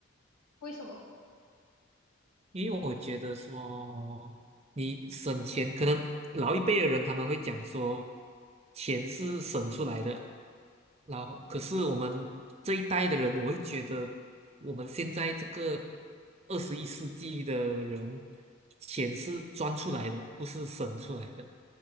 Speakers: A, on the left; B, on the right.
A: 为什么？
B: 因为我觉得说，你省钱，可能老一辈的人他们会讲说，钱是省出来的，然后可是我们这一代的人，我会觉得我们现在这个二十一世纪的人，钱是赚出来的，不是省出来的，